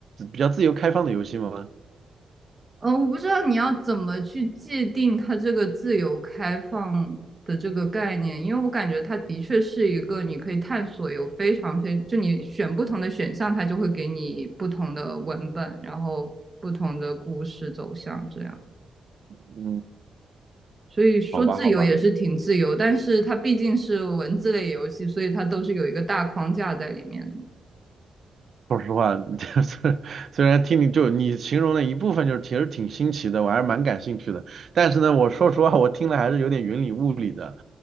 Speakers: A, on the right (about 60°); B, on the right (about 30°).
A: 比较自由开放的游戏吗？
B: 嗯，我不知道你要怎么去界定它这个自由开放的这个概念，因为我感觉它的确是一个你可以探索有非常非，就你选不同的选项，它就会给你不同的文本，然后不同的故事走向这样。
A: 嗯，
B: 所以说自由也是挺自由，
A: 好吧，好吧。
B: 但是它毕竟是文字类游戏，所以它都是有一个大框架在里面的嘛。
A: 说实话，<laughs> 就是虽然听你就你形容的一部分，就是其实挺新奇的，我还是蛮感兴趣的。但是呢，我说实话，我听了还是有点云里雾里的。